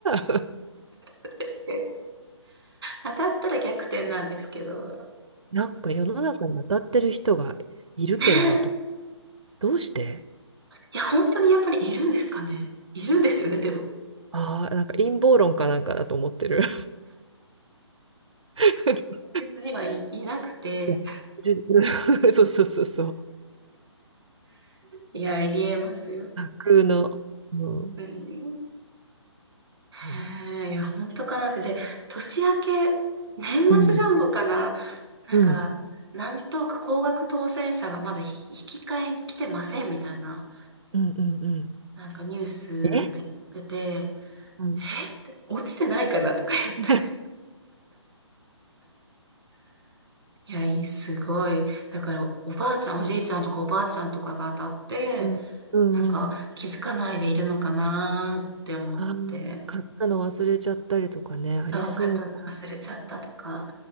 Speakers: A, on the right (about 75°); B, on the right (about 55°).
A: たら
B: かに当たったら逆転なんですけど。
A: なんか世の中に当たってる人がいるけど、
B: ねえ。
A: あれど、どうして
B: いや、本当にやっぱりいるんですかね。いるんですよね、でも。
A: ああー、なんか陰謀論かなんかだと思ってる。<laughs>
B: 現実にはい、いなくて。
A: いや、じゅ <laughs> そうそうそうそう。
B: いや、ありえますよ。
A: 架空の。うん。
B: うん。
A: うん。
B: へえ、いや、本当かなって。で、年明け、年末ジャンボかな
A: うん。
B: なんか、
A: うん。
B: なんとか高額当選者がまだ引引き換えに来てませんみたいな、
A: うん。うん。うん
B: なんかニュースで言ってて、
A: えうん。
B: えって落ちてないかなとか言って。
A: <laughs>
B: いや、いい、すごい。だから、おばあちゃん、おじいちゃんとかおばあちゃんとかが当たって、
A: うん、うんうん。
B: なんか気づかないでいるのかなって思って、
A: ああ、買ったの忘れちゃったりとかね、ありそう。
B: そう、刀忘れちゃったとか。